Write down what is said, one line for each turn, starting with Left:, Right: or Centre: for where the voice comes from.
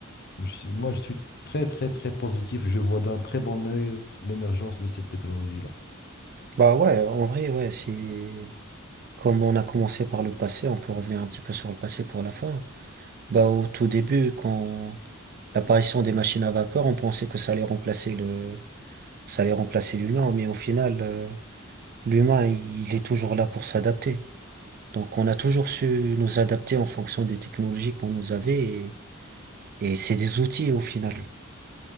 Left: je suis- moi je suis très très très positif, je vois d'un très bon œil l'émergence de cette technologie-là.
Right: Bah ouais, en vrai, ouais, c'est. Comme on a commencé par le passé, on peut revenir un petit peu sur le passé pour la fin. Bah, au tout début, quand l'apparition des machines à vapeur, on pensait que ça allait remplacer le, ça allait remplacer l'humain, mais au final, euh, l'humain, il est toujours là pour s'adapter. Donc, on a toujours su nous adapter en fonction des technologies qu'on nous avait et, et c'est des outils au final.